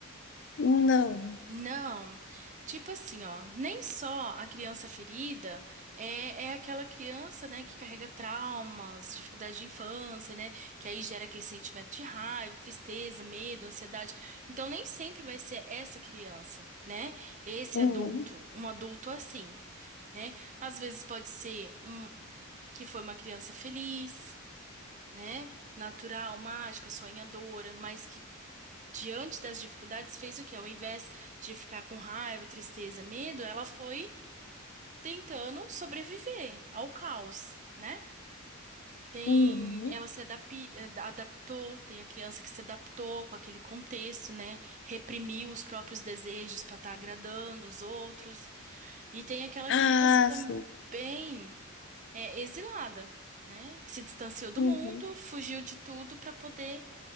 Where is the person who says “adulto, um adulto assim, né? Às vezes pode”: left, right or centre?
Right